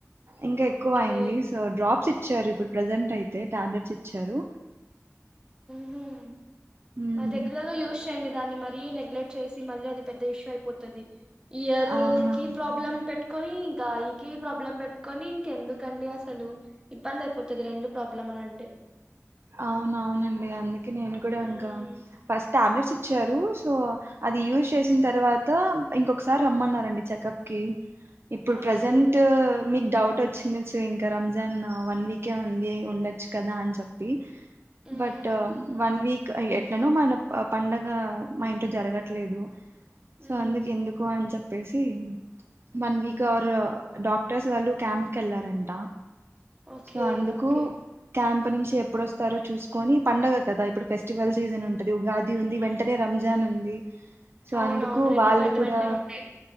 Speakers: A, on the right; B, on the right.
A: ఇంకా ఎక్కువ
B: ఓకే
A: అయింది సో డ్రాప్స్ ఇ ఇచ్చారు ఇప్పుడు ప్రెసెంట్ అదే టాబ్లెట్స్ ఇచ్చారు
B: హమ్
A: ఉమ్,
B: మా దగ్గరలలో యూస్ చేయండి దాన్ని మరీ నెగ్లెక్ట్ చేసి మళ్ళీ అది పెద్ద ఇష్యూ అయిపోతాది ఇయర్
A: అవునవును
B: కి ప్రాబ్లం పెట్టుకొనీ ఇక ఐ కి ప్రాబ్లం పెట్టుక కొని ఇంకెందుకండి అసలు ఇబ్బంది అయిపోతాది రెండు ప్రాబ్లంలు అంటే
A: అవును అవునండి అందుకే నేను కూడా
B: ఉమ్
A: ఇంకా ఫస్ట్ టాబ్లెట్స్ ఇచ్చారు సో అది యూజ్ చేసిన తర్వాత ఇంకా ఇంకొకసారి రమ్మన్నారండి చెకప్ కి ఇప్పుడు
B: ఓకే
A: ప్రజెంట్ మీకు డౌట్ వచ్చిండచ్చు ఇంకా రంజాన్ వన్ వీకే ఉంది ఉండొచ్చు కదా అని చెప్ప
B: ఉమ్
A: బట్ వన్ వీక్ గ ఎట్లనో మన ప పండగ మా ఇంట్లో జరగట్లేదు సో
B: ఉమ్
A: అందుకు ఎందుకు అని చెప్ చెప్పేసి వన్ వీక్ అర్ డాక్టర్స్ వాళ్ళు క్యాంకెళ్లారంట
B: ఓకే
A: సో అందుకు
B: ఓకే
A: క్యాంప్ ప్ప నుంచెప్ ఇప్పుడు వస్తారో చూసుకొని పండగ కదా ఇప్పుడు ఫెస్టివల్ సీజన్ ఉంటాది ఉగాది ఉంది వెంటనే రంజాన్ ఉంది సో
B: అవునవును
A: అందుకు
B: రెండు
A: వాళ్ళు
B: వెంట
A: కూడా
B: వెంటనే ఉన్నాయి